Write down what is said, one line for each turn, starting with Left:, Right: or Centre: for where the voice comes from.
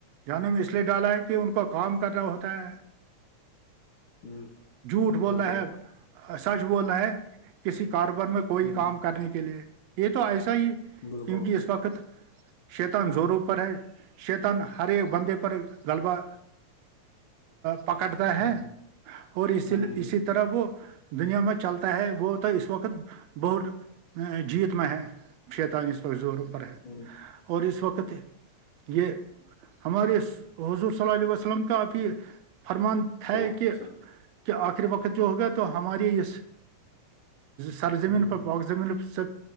Right: جانے میں اس لیے ڈالا ہے کہ ان کو کام کر رہنا ہوتا ہے
Left: ہ
Right: جھوٹ بول
Left: بالکل
Right: رہ ہے سچ بول رہے ہیں کسی کاروبار میں کوئی
Left: ہ
Right: کام کرنے کے لیے یہ تو ایسا ہی
Left: بالکل
Right: کیونکہ اس وقت شیتن زوروں پر ہے شیتن ہر ایک بندے پر غلبہ پکڑتا ہے
Left: ہ ہ
Right: اور اسی
Left: ہ
Right: اسی طرح طرح وہ دنیا میں چلتا ہے وہ تو اس وقت بہت جیت میں ہے شیتالیس وق زوروں پر ہے
Left: ہوں
Right: اور اس وقت یہ ہمارے حضور صل ال وس لم کاب فرمان ہے
Left: چلو
Right: کہ
Left: وسلم
Right: کہ آخری وقت جو ہوگا تو ہمارے یہ سر زمین
Left: ہ
Right: پر
Left: ہ
Right: پواک زمین پر س